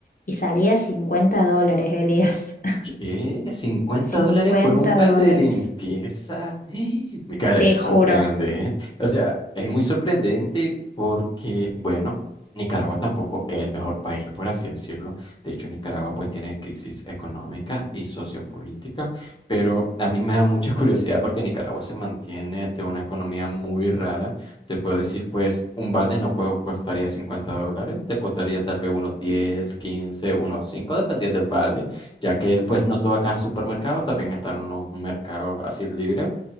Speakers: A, on the left; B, on the left.
A: y salía 50 dólares, Elías. <laughs>
B: ¿Qué? ¿50
A: 50
B: dólares por un balde
A: dólares,
B: de limpieza? <gasps> Micaela,
A: te
B: eso es
A: juro.
B: sorprendente. O sea, es muy sorprendente porque, bueno, Nicaragua tampoco es el mejor país, por así decirlo. De hecho, Nicaragua pues tiene crisis económica y sociopolítica, pero a mí me da mucha <laughs> curiosidad porque Nicaragua se mantiene de una economía muy rara. Te puedo decir, pues, un balde no cu- costaría 50 dólares, te costaría tal vez unos 10, 15, unos 5, dependiendo del balde ya que pues no todo acá es supermercado, también están los mercados así libres.